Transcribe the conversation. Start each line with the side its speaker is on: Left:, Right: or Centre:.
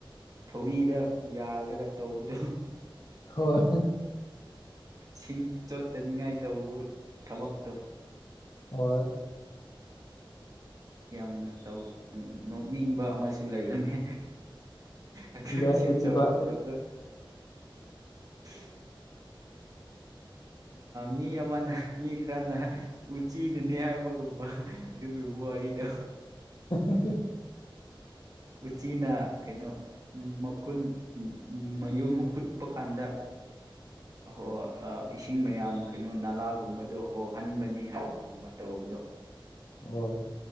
Right: ꯊꯧꯔꯤꯗ ꯌꯥꯜꯂꯒ ꯇꯧꯕꯗꯣ
Left: ꯍꯣꯏ
Right: ꯁꯤꯡ ꯆꯣꯠꯇꯅꯤꯡꯉꯥꯏ ꯇꯧꯕ ꯊꯕꯛꯇꯣ
Left: ꯍꯣꯏ
Right: ꯌꯥꯝꯅ ꯇꯧ ꯅꯣꯛꯅꯤꯡꯕ ꯑꯃꯁꯨ ꯂꯩꯕꯅꯦ ꯑꯗꯨꯆ
Left: ꯑꯦꯛꯇꯤꯚ
Right: ꯆꯤꯡ ꯆ ꯑꯃ ꯇꯗꯣ <unintelligible> ꯃꯤ ꯑꯃꯅ ꯃꯤ ꯈꯔꯅ ꯎꯆꯤꯅꯅꯦ ꯍꯥꯏꯕꯒꯨꯝꯕ ꯑꯗꯨꯒꯤ ꯋꯥꯔꯤꯗꯣ
Left: <unintelligible>
Right: ꯎꯆꯤꯅ ꯀꯩꯅꯣ ꯃꯈꯨꯟ ꯃꯌꯨꯝ ꯍꯨꯠꯄ ꯀꯥꯟꯗ ꯍꯣꯏ ꯏꯁꯤꯡ ꯃꯌꯥꯝ ꯀꯩꯅꯣ ꯅꯂꯥꯒꯨꯝꯕꯗꯣ ꯍꯣꯍꯟꯕꯅꯦ ꯍꯥꯏꯕꯒꯨꯝꯕ ꯇꯧꯕꯗꯣ
Left: ꯍꯣꯏ